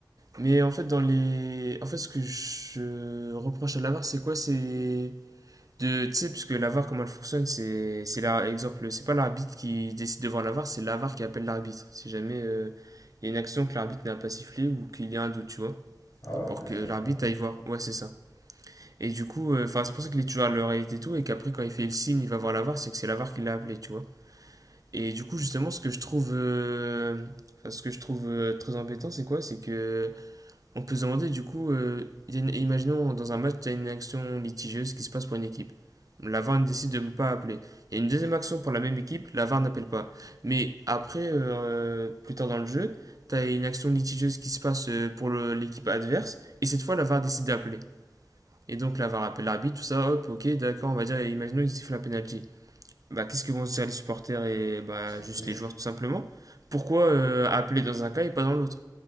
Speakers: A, on the right; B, on the left.
A: Mais en fait, dans les. En fait, ce que je reproche à l'avare, c'est quoi? C'est de. Tu sais, parce que l'avare, comment elle fonctionne, c'est. C'est là, exemple, c'est pas l'arbitre qui décide devant l'avare, c'est l'avare qui appelle l'arbitre. Si jamais euh, il y a une action que l'arbitre n'a pas sifflée ou qu'il y a un doute, tu vois.
B: Ah ouais?
A: Pour
B: Ah,
A: que
B: je
A: l'arbitre
B: savais pas.
A: aille voir. Ouais, c'est ça. Et du coup, euh, enfin, c'est pour ça qu'il est toujours à l'oreillette et tout, et qu'après, quand il fait le signe, il va voir l'avare, c'est que c'est l'avare qui l'a appelé, tu vois. Et du coup, justement, ce que je trouve. euh, enfin, ce que je trouve euh, très embêtant, c'est quoi? C'est que. On peut se demander du coup, euh, y a une- imaginons dans un match, il y a une action litigieuse qui se passe pour une équipe. La VAR décide de ne pas appeler. Il y a une deuxième action pour la même équipe, la VAR n'appelle pas. Mais après, euh, plus tard dans le jeu, tu as une action litigieuse qui se passe euh, pour le- l'équipe adverse, et cette fois, la VAR décide d'appeler. Et donc la VAR appelle l'arbitre, tout ça, hop, ok, d'accord, on va dire, imaginons, il siffle un penalty. Bah, qu'est-ce que vont se dire les supporters et bah,
B: Ça
A: juste
B: se triche.
A: les joueurs, tout simplement Pourquoi euh, appeler dans un cas et pas dans l'autre